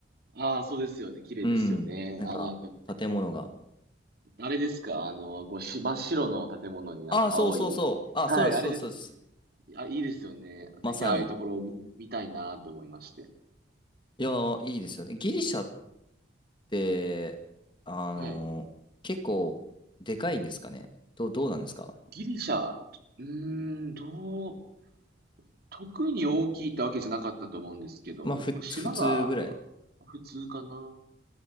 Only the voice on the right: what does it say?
ああ、そうですよね。綺麗ですよね。
あの、なんか、
あれですか、あの、こうし、真っ白の建物になんか青い。
はい、
あれです。
あ、いいですよね。ぜひああいうところを見、
見たいなって思いまして。
はい。
ギリシャ、うーん、どう、特に大きいってわけじゃなかったと思うんですけども、
こう島が
普通かな。